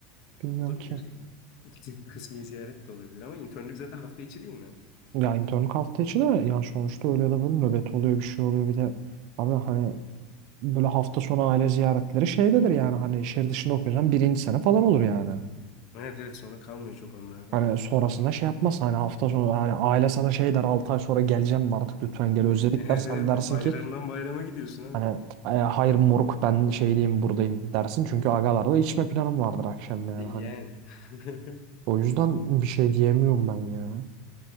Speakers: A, on the right; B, on the left.
A: Bilmiyorum
B: Olabilir
A: ki.
B: yani. <laughs> Kısmi ziyaret de olabilir ama internlük zaten hafta içi değil mi?
A: Ya internlük hafta içi de yani sonuçta öyle ya da böyle nöbet oluyor bir şey oluyor bir de abi hani böyle hafta sonu aile ziyaretleri şeydedir yani hani şehir dışında okuyorsan birinci sene falan olur yani.
B: Evet evet sonra kalmıyor çok onlardan.
A: Hani sonrasında şey yapmaz. Hani hafta sonu hani aile sana şey der 6 ay sonra geleceğim mi artık lütfen gel özledik
B: <laughs> Evet,
A: der. Sen
B: evet.
A: dersin
B: Bayramdan
A: ki
B: bayrama gidiyorsun abi.
A: hani "E, hayır moruk ben şey diyeyim buradayım dersin. Çünkü agalarla içme planım vardır akşam yani
B: E yani.
A: hani.
B: <laughs>
A: O yüzden bir şey diyemiyorum ben ya.